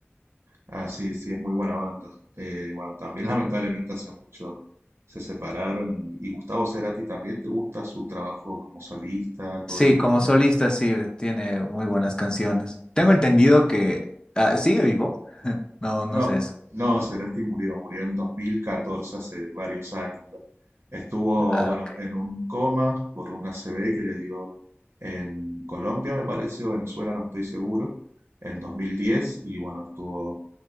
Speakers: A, on the right; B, on the left.
A: Ah, sí, sí, es muy buena banda. Eh, bueno, también <laughs> lamentablemente hace mucho se separaron y, y Gustavo Cerati también te gusta su trabajo como solista, todo
B: Sí,
A: lo que
B: como
A: hizo.
B: solista sí, tiene muy buenas canciones. Tengo entendido que ah, sigue vivo. <laughs> No,
A: No,
B: no sé eso.
A: no, Cerati murió, murió en 2014, hace varios años. ¿verdad? Estuvo,
B: Ah,
A: bueno,
B: ok.
A: en un coma por una ACV que le dio en Colombia, me parece, o Venezuela, no estoy seguro, en 2010, y bueno, estuvo